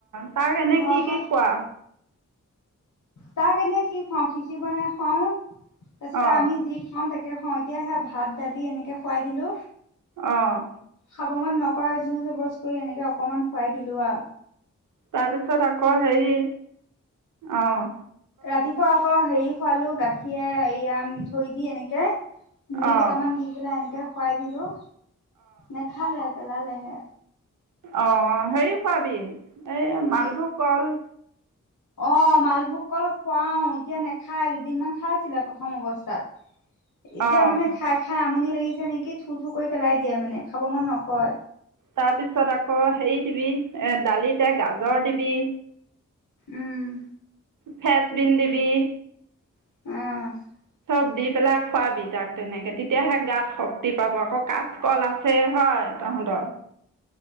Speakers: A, on the right; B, on the left.
A: তাক এনে
B: ঘৰত
A: কি কি কোৱা
B: তাক এনেই কি খোৱা খিচি বনাই খুৱাও টছত
A: অঁ
B: আমি যি খাওঁন থাকে খাওঁ এতিয়া সে ভাত দালি এনেকে খুৱাই দিলো
A: আহ
B: খাবমন নকৰা জু জবজ কৰি এনেকে অকমান খুৱাই দিলো আ
A: তাৰপিছত আকৌ হেৰি আহ
B: ৰাতিপুৱা আকৌ হেৰি খোৱালোঁ গাখীৰ এয়া মিঠৈ দি এনেকে মুই
A: অঁ
B: কেইটামান দি পেলা এনেকে খুৱাই দিলোঁ নেখালে পেলালেহে
A: অ হেৰি খোৱাবি এই
B: কি
A: মালভোগ কল
B: অ মালভোগ কল খুৱাও এতিয়া নেখায় দুদিনমান খাই আছিলে প্ৰথম অৱস্থাত এতিয়া
A: অঁ
B: মানে খাই খাই আামনি লাগিছে নেকি থু থু কৰি পেলাই দিয়ে মানে খাব মন নকয়
A: তাৰপিছত আকৌ হেৰি দিবি এ দালিতে গাজৰ দিবি
B: উম
A: ফেচবিন্ দিবি
B: উম
A: চব দি পেলাই খোৱাবি তাক তেনেকে তেতিয়াহে গাত শক্তি পাব আকৌ কাচকল আছে হয় তহঁতৰ